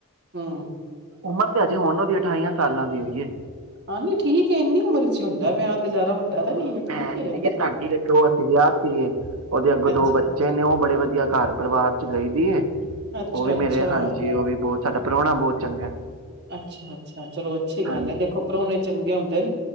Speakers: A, on the right; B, on the right.
A: ਹੂੰ,
B: ਉਮਰ ਤੇ ਹਜੇ ਹੁਣ ਉਹ ਦੀ ਅਠਾਈਆਂ ਸਾਲਾਂ ਦੀ ਹੋਈ ਏ
A: ਹਾਂਜੀ ਠੀਕ ਹੈ ਇੰਨੀ ਉਮਰ ਚ ਹੀ ਹੁੰਦਾ ਵਿਆਹ ਤੇ ਜ਼ਿਆਦਾ ਵੱਡਾ
B: ਹਾਂ
A: ਤਾਂ ਨੀ ਏ ਠੀਕ
B: ਭੈਣ
A: ਏ।
B: ਸੀਗੀ ਸਾਡੀ ਤੇ ਉਹ ਅਸੀਂ ਵਿਆਹ ਸਉਹਦੇ ਅੱਗੋਂ
A: ਅੱਛਾ,
B: ਦੋ ਬੱਚੇ ਨੇ ਉਹ ਬੜੇ ਵਧੀਆ ਘਰ ਪਰਿਵਾਰ ਚ ਗਈ ਵੀ <unintelligible>
A: ਅੱਛਾ-ਅੱਛਾ,
B: ਉਹ ਵੀ ਮੇਰੇ ਹਾਂਜੀ ਉਹ ਵੀ ਬਹੁਤ ਸਾਡਾ ਪ੍ਰਾਹੁਣਾ ਬਹੁਤ ਚੰਗਾ
A: ਅੱਛਾ ਅੱਛਾ ਚਲੋ ਅੱਛੀ ਗੱਲ
B: ਹਾਂਜੀ
A: ਹੈ ਦੇਖੋ ਪ੍ਰਾਹਣੇ ਚੰਗੇ ਹੁੰਦੇ ਨੇ